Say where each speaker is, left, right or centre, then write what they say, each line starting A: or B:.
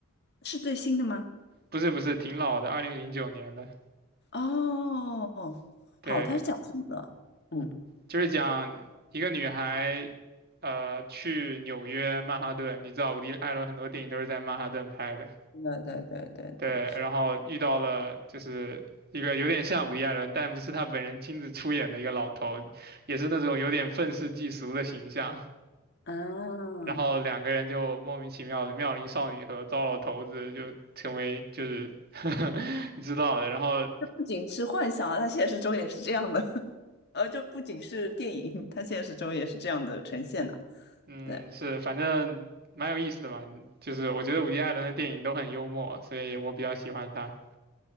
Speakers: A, on the left; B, on the right.
A: 是最新的吗？
B: 不是不是，挺老的，二零零九年的。
A: 哦，
B: 对，
A: 好，它是讲什么的？嗯，
B: 就是讲一个女孩，呃，去纽约曼哈顿。你知道伍迪·艾伦很多电影都是在曼哈顿拍的。
A: 对对对对对，
B: 对，
A: 是
B: 然后遇到了就是一个有点像伍迪·艾伦，但不是他本人亲自出演的一个老头，也是那种有点愤世嫉俗的形象。
A: 啊，
B: 然后两个人就莫名其妙的妙龄少女和糟老头子就成为就是 <laughs> 你知道的。然后
A: 这不仅是幻想啊，它现实中也是这样的，<laughs> 呃，就不仅是电影，它现实中也是这样的呈现的。
B: 嗯，
A: 对，
B: 是反正蛮有意思的嘛，就是我觉得伍迪·艾伦的电影都很幽默，所以我比较喜欢他。